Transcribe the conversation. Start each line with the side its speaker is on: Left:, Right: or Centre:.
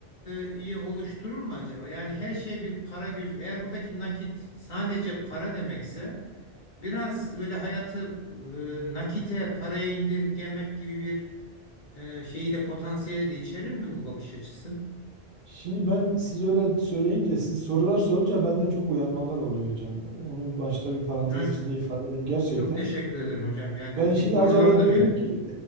Left: e, iyi oluşturur mu acaba? Yani her şey bir para gözü. Eğer buradaki nakit sadece para demekse biraz böyle hayatı e, nakite, paraya indirgemek gibi bir e, şeyi de potansiyeli de içerir mi bu bakış açısı?
Right: Şimdi ben siz öyle söyleyince, siz sorular sorunca bende çok uyanmalar oluyor hocam. Onu başta bir parantez
Left: Evet.
Right: içinde ifade edeyim. Gerçekten
Left: Çok teşekkür ederim hocam. Yani
Right: Ben
Left: şey,
Right: şimdi
Left: gururlandım
Right: acaba diyorum
Left: yani.
Right: ki